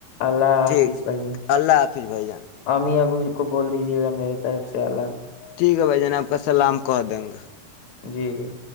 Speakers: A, on the left; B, on the left.
A: اللہ
B: ٹھیک
A: حافظ ب <inaudible> ج
B: اللہ حافظ بھائی جان
A: اب اس کو بول دیجیے گا میرے طرف سے اللہ
B: ٹھیک ہے بھائی جان آپ کا سلام کہ دیں گے
A: جی بھائی